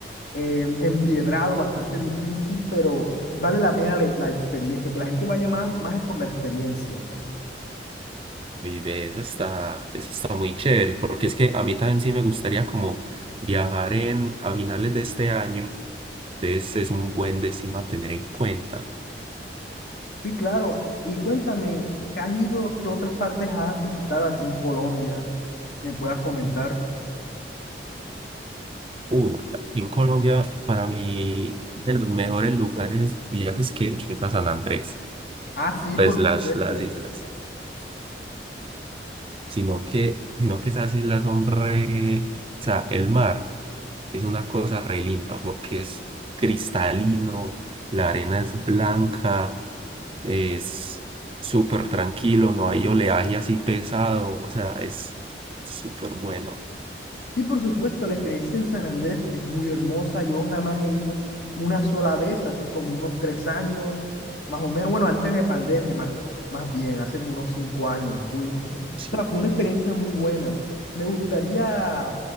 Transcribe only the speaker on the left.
eh, empiedrado, bastante difícil, pero vale la pena la, la experiencia. Que la gente vaya más, más es por la experiencia.
Sí, claro. Y cuéntame, ¿qué has ido, qué otras partes has visitado aquí en Colombia? que me puedas comentar.
Ah, sí,
por
supuesto.
Sí, por supuesto, la experiencia en San Andrés es muy hermosa. Yo nada más he ido una sola vez, hace como unos tres años, más o menos, bueno, antes de pandemia, más, más bien, hace como unos cinco años fui. O
sea, fue una experiencia muy buena. Me gustaría